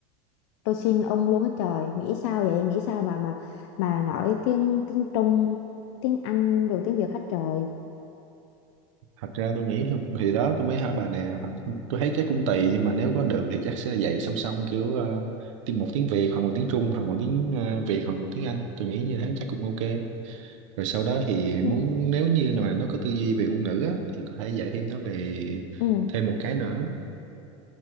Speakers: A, on the left; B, on the right.
A: tôi xin ông luôn á trời nghĩ sao vậy nghĩ sao mà mà mà nói tiếng tiếng Trung tiếng Anh rồi tiếng Việt hết trời
B: thật ra tôi nghĩ thì thì đó tôi mới hỏi bà nè hoặc- tôi thấy chắc cũng tùy nhưng mà nếu có được thì chắc sẽ dạy song song kiểu ờ, tiếng một tiếng Việt hoặc một tiếng Trung hoặc một tiếng ờ, Việt hoặc một tiếng Anh tôi nghĩ như thế chắc cũng ok rồi sau đó thì muốn
A: Ừ.
B: nếu như mà nó có tư duy về ngôn ngữ á, thì có thể dạy thêm nó về
A: ừ
B: thêm một cái nữa